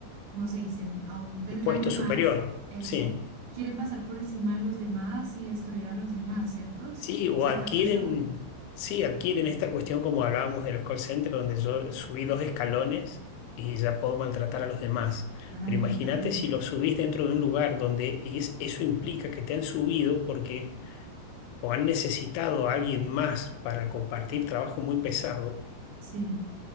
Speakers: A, on the right; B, on the left.
A: como se dicen, a un peldaño
B: puesto superior,
A: más, eso,
B: sí.
A: quieren pasar por encima de los demás y destruir a los demás, ¿cierto? O
B: Sí, o
A: sea,
B: adquieren,
A: ¿te ha pasado?
B: sí, adquieren esta cuestión como hablábamos de los call centers, donde yo subí dos escalones y ya puedo maltratar a los demás.
A: Ay,
B: Pero imagínate
A: no, terrible.
B: si lo subís dentro de un lugar donde es- eso implica que te han subido porque o han necesitado a alguien más para compartir trabajo muy pesado,
A: Sí,